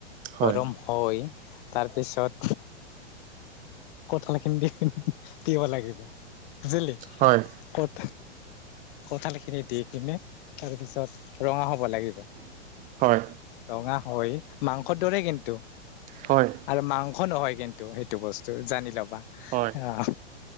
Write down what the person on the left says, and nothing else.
গৰম হৈ তাৰপিছত কঠাল খিনি দি দিব লাগিব। বুজিলি,
কঠ, কঠাল খিনি দি কিনে তাৰপিছত ৰঙা হ'ব লাগিব,
ৰঙা হৈ মাংসৰ দৰে কিন্তু।
আৰু মাংস নহয় কিন্তু, সেইটো বস্তু জানি ল'বা
আ'হ।